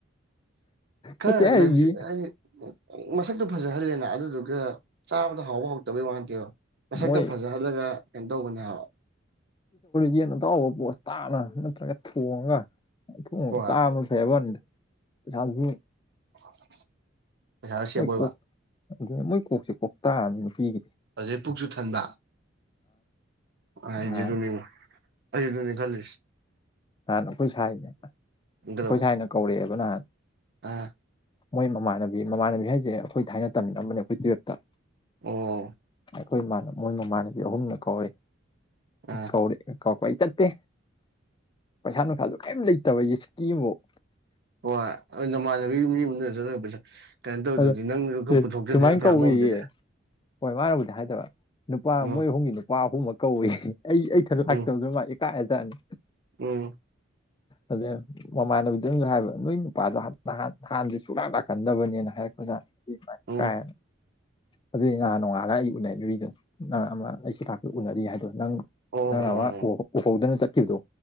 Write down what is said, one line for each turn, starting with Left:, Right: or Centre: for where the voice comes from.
Right: ꯈꯔ
Left: ꯅꯠꯇꯦ ꯍꯥꯏꯔꯤ
Right: ꯂꯛꯖꯥ ꯍꯥꯏꯗꯤ ꯃꯁꯛꯇꯣ ꯐꯖꯍꯜꯂꯦꯅ ꯑꯗꯨꯗꯨꯒꯥ ꯆꯕ ꯍꯥꯎꯕ ꯍꯥꯎꯇꯕꯩ ꯋꯥꯅꯇꯦꯕ ꯃꯁꯛꯇ‌ꯣ
Left: ꯃꯣꯏ
Right: ꯐꯖꯍꯜꯂꯒ ꯀꯩꯅꯣ ꯇꯧꯕꯅꯦ ꯍꯥꯏꯕ
Left: ꯌꯦꯟ ꯑꯇꯥꯎꯕ ꯄꯣꯠꯁ ꯇꯥꯅ ꯅꯠꯇ꯭ꯔꯒ ꯊꯣꯡꯉꯒ ꯑꯊꯣꯡ
Right: ꯍꯣꯏ
Left: ꯆꯥꯕ ꯐꯩ ꯍꯥꯏꯕꯥ ꯋꯥꯅꯤꯗ ꯄꯩꯁꯥꯗꯨꯁꯨ
Right: <unintelligible> ꯄꯩꯁꯥ ꯁꯦꯞ
Left: ꯃꯣꯏ
Right: ꯑꯣꯏꯕ
Left: ꯀꯣꯛ ꯑꯗꯨ ꯃꯣꯏ ꯀꯣꯛꯁꯦ ꯀꯣꯛ ꯇꯥ ꯑꯝꯅꯤ ꯅꯨꯄꯤꯒꯤ
Right: ꯑꯗꯩꯩ ꯄꯨꯛꯁꯨ ꯊꯟꯕ <unintelligible>
Left: ꯅꯍꯥꯟ
Right: ꯑꯩ ꯑꯗꯨꯅꯦ ꯈꯜꯂꯤꯁ‌ꯦ
Left: ꯅꯍꯥꯟ ꯑꯩꯈꯣꯏ ꯁꯥꯏꯅ ꯑꯩꯈꯣꯏ
Right: ꯀꯩꯗꯧꯕ
Left: ꯁꯥꯏꯅ ꯀꯧꯔꯛꯑꯦꯕ ꯅꯍꯥꯟ꯫
Right: ꯑ
Left: ꯃꯣꯏ ꯃꯃꯥꯟꯅꯕꯤ ꯃꯃꯥꯟꯅꯕꯤ ꯍꯥꯏꯖ‌ꯦ ꯑꯩꯈꯣꯏ ꯊꯥꯏꯅ ꯇꯝꯃꯤꯟꯅꯔꯝꯕꯅꯦ ꯑꯩꯈꯣꯏ ꯇꯨꯌꯦꯜꯞꯇ꯫
Right: ꯑꯣ
Left: ꯑꯩꯈꯣꯏꯃꯥꯟ ꯃꯣꯏ ꯃꯃꯥꯟꯅꯕꯤ ꯑꯍꯨꯝꯅ ꯀꯧꯔꯦ
Right: ꯑ
Left: ꯀꯧꯔ ꯀꯧꯔꯛꯄ ꯑꯩ ꯆꯠꯇꯦ ꯄꯩꯁꯥ ꯅꯨꯡꯁꯥꯁꯨ ꯀꯔꯤꯝ ꯂꯩꯇꯕ ꯑꯩꯁꯦ ꯁꯤꯀꯤ ꯑꯝꯕꯨꯛ꯫
Right: ꯍꯣꯏ ꯅꯃꯥꯟꯅꯕꯤ ꯃꯤ ꯎꯅ ꯆꯠꯂ ꯄꯩꯁꯥ ꯀꯩꯅꯣ ꯇꯧꯗ꯭ꯔꯗꯤ
Left: ꯑꯗꯣ
Right: ꯅꯪꯖꯨ ꯈꯔ ꯄꯨꯊꯣꯛꯇ꯭ꯔꯗꯤ
Left: ꯁꯨꯃꯥꯏꯅ
Right: ꯅꯠꯇ꯭ꯔ
Left: ꯀꯧꯏꯌꯦ
Right: ꯑꯃꯑꯣꯝꯗꯗꯤ꯫
Left: ꯍꯣꯏ ꯃꯥꯅꯕꯨꯗꯤ ꯍꯥꯏꯗꯕ ꯅꯨꯄꯥ
Right: ꯎꯝ
Left: ꯃꯣꯏ ꯑꯍꯨꯝꯒꯤ ꯅꯨ ꯄꯥ ꯑꯍꯨꯝꯃꯛ ꯀꯧꯋꯦ ꯑꯩ ꯑꯩꯏꯊꯟ
Right: ꯎꯝ
Left: ꯂꯥꯛꯇꯕꯗꯨ ꯃꯥ ꯏꯀꯥꯏꯔꯖꯥꯠꯅꯦ꯫
Right: ꯎꯝ
Left: ꯑꯗꯨꯗꯩ ꯃꯃꯥꯟꯅꯕꯤꯗꯨꯅꯖꯨ ꯍꯥꯏꯕ ꯅꯣꯏ ꯅꯨꯄꯥꯗꯣ ꯍꯥꯞꯇ ꯍꯥꯟꯅꯖꯨ ꯁꯨꯛꯂꯥꯛ ꯂꯥꯛꯀꯟꯗꯕꯅꯦꯅ꯫ ꯍꯥꯏꯔꯛꯄꯖꯥꯅꯦ ꯑꯗꯨꯏ ꯃꯥ ꯏꯀꯥꯏ
Right: ꯎꯝ
Left: ꯑꯗꯨꯏꯅꯦ ꯉꯍꯥꯟ ꯅꯣꯡꯉꯥꯜꯂꯒ ꯑꯩ ꯎꯅꯔꯨꯏꯗꯣ ꯅꯪ ꯑꯃ ꯑꯩꯁꯤ ꯂꯥꯛ ꯄꯗꯥ ꯎꯅꯔꯤ ꯍꯥꯏꯗꯣ꯫ ꯅꯪ
Right: ꯑꯣ
Left: ꯅꯪꯅ
Right: ꯑꯣ
Left: ꯑꯃ
Right: ꯑꯣ ꯑꯣ
Left: ꯎꯍꯧ ꯎꯍꯧꯗꯅ ꯆꯠꯈꯤꯕꯗꯣ꯫